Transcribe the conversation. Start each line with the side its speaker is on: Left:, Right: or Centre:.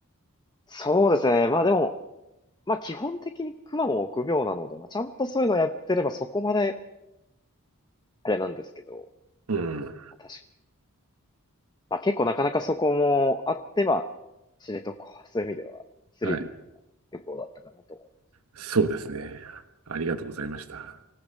Left: そうですね。まあでも、まあ基本的にクマも臆病なので、まあちゃんとそういうのやってればそこまであれなんですけど、
Right: うん。
Left: まあ確かに。まあ結構なかなかそこもあって、まあ知床はそういう意味ではスリリングな旅行だったかなと思います。
Right: はい。そうですね。ありがとうございました。